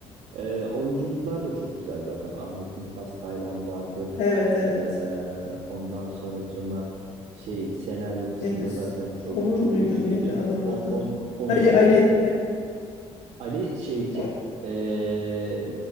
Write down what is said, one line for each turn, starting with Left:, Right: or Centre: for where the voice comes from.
Right: Ee, oyunculuklar da çok güzel zaten. Ahmet Mümtaz Taylan vardı.
Left: Evet evet.
Right: Ee, ondan sonracığıma şey senaryo kısmı
Left: Neydi?
Right: da zaten çok
Left: Onur
Right: çok
Left: muydu?
Right: güçlüydü.
Left: Neydi adamın
Right: On,
Left: adı?
Right: on, Onur
Left: Ali
Right: Onur.
Left: Ali.
Right: Ali şeyci
Left: Ali.
Right: ee,